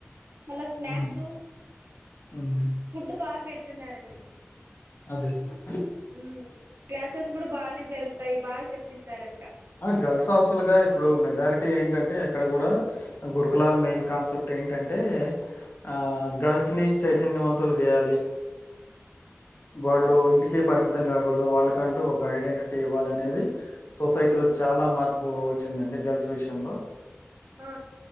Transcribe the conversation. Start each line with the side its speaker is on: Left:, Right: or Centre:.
Right: మళ్ళ స్నాక్స్
Left: హ్మ్. హ్మ్.
Right: ఫుడ్ బాగ పె డుతున్నారండి.
Left: అదేలెండి.
Right: మ్మ్ క్లాసెస్ కూడా బాగానే జరుగు తాయి బాగ చెప్పిస్తారంట
Left: ఆ గర్ల్స్ హాస్టల్కా ఇప్పుడు మెజారిటీ ఏంటంటే ఇక్కడ కూడా గురుకులాల్ మెయిన్ కాన్సెప్ట్ ఏంటంటే ఆ గర్ల్స్ ని చైతన్యవంతులు చేయాలి. వాళ్ళు
Right: ఉమ్
Left: ఇంటికే పరిమితం కాకూడదు వాళ్ళకంటూ ఒక ఐడెంటి టి ఇవ్వాలనేది సొసైటీ
Right: ఉమ్
Left: లో చాలా మార్పు వచ్చిందండి గర్ల్స్ విషయంలో
Right: ఆ